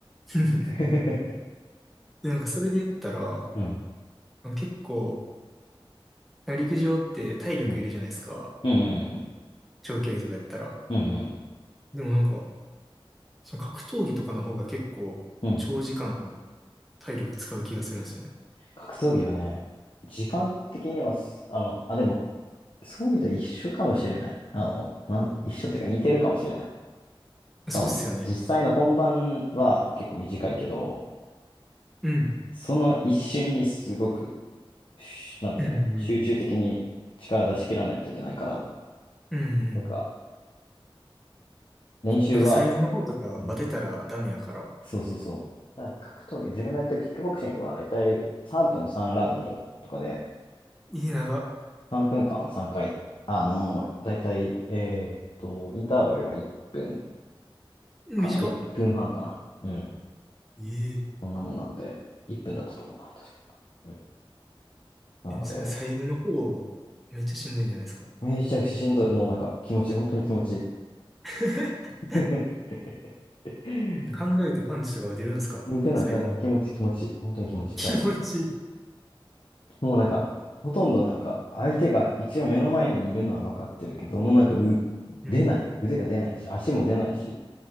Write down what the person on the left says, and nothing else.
<laughs>
うん。
うん。うん。うん。
うん。うん。
うんうん
格闘技はね、時間的にはす、あの、あ、でも、そう見たら一緒かもしれない。あの、なん、一緒っていうか似てるかもしれない。その、
実際の本番は結構短いけど、
その一瞬にすごく、しなんていうの、
集中的に力出し切らないといけないから、
なんか、練習は、
うんそうそうそう。だから格闘技、自分のやってるキックボクシングはだいたい3分3ラウンドとかで、
3分間を3回、あの、だいたい、えーっと、インターバルが1分
かな、1分半かな。うん。
そんなもんなので、1分だったと思うな、確か。うん。なので、
めちゃくちゃしんどい。もうなんか気持ち、本当に気持ち
いい。<laughs>
打てないともう気持ち気持ち、本当に気持ちいい、
最後は。もうなんか、ほとんどなんか、相手が一応目の前にいるのは分かってるけど、もうなんかう、
出ない。腕が出ないし、足も出ないし、